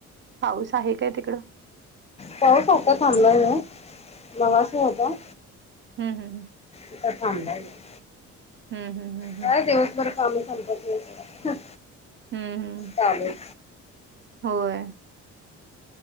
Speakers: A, on the right; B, on the left.
A: पाऊस आहे काय तिकडं..
B: पाऊस आता थांबलाय नव मघाशी होता.
A: हम् हम् हम.
B: आता थांबलाय जरा.
A: हम् हम हम.
B: काय दिवसभर काम संपत नाही
A: हम्म हम्म
B: चालेल
A: होय.